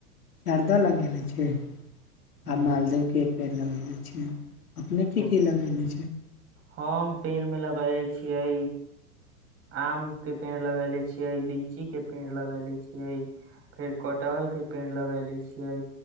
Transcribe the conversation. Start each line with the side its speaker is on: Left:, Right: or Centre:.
Left: जर्दा लगेले छै आ
Right: ह
Left: मालदहके पेड़ लगेले छै अपने की
Right: ओ
Left: की लगेले
Right: हम पेड़ मे लगेले छियै आम के पेड़ लगेले छियै लीची के पेड़ लगेले छियै फेर कटहल के पेड़ लगेले छियै